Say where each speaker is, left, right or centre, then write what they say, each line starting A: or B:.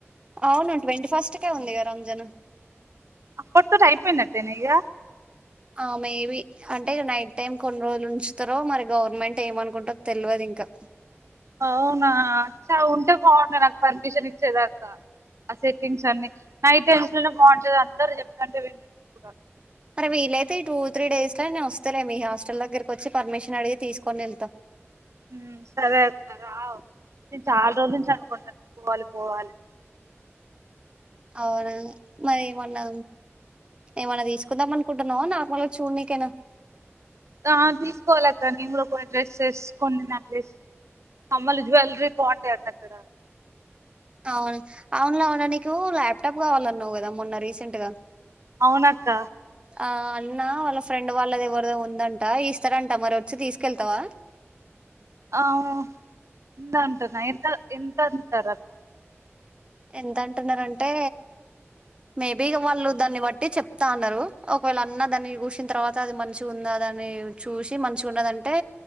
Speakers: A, on the right; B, on the right.
A: అవును ట్వంటీ ఫస్ట్ కే ఉందిగా రంజాన్
B: అప్పటి తో అయిపోయినట్టేనా ఇగ
A: ఆ మేబి అంటే నైట్ టైం కొన్ని రోజులు ఉంచుతారో మరి గవర్నమెంట్ ఏమనుకుంటారో తెలువదు ఇంకా
B: అవునా చ ఉంటే బాగుండు నాకు పర్మిషన్ ఇచ్చేదాకా ఆ సెట్టింగ్స్ అన్ని నైట్ లలో బాగుంటది అందరు చెప్తంటే వి కూడా
A: మరి వీలైతే ఈ టూ త్రీ డేస్ లో నేను వస్తాలే మీ హాస్టల్ దగ్గరకి వచ్చి పర్మిషన్ అడిగి తీసుకొని వెళ్తా
B: ఉమ్ సరే అక్కా రా నేను చాలా రోజుల నుంచి అనుకుంటున్నా పోవాలి పోవాలి
A: అవునా మరి ఏమన్నా ఏమన్నా తీసుకుందాం అనుకుంటున్నావా నార్మల్ గా చూడనీకేనా
B: ఆ తీసుకోవాలక్క నేను కూడా కొని డ్రస్ సెస్ కొన్ని నక్లేస్ కమ్మలు జ్యవెలరీ బాగుంటాయి అక్క అక్కడ
A: అవును అవును లావణ్య నీకు ల్యాప్టాప్ కావాలన్నావు కదా మొన్న రీసెంట్ గా
B: అవునక్క
A: ఆ అన్నా వాళ్ళ ఫ్రెండ్ వాళ్ళది ఎవరిదో ఉందంట ఇస్తారంట మరి వచ్చి తీసుకెళ్తావా
B: అవు ఉందా అంటన ఎంత ఎంత అంటారక్క
A: ఎంత అంటున్నారంటే మేబి వాళ్ళు దాన్ని బట్టి చెప్తా అన్నారు ఒకవేళ అన్న దాన్ని చూసిన తర్వాత అది మంచిగా ఉందదని చూసి మంచిగా ఉన్నదంటే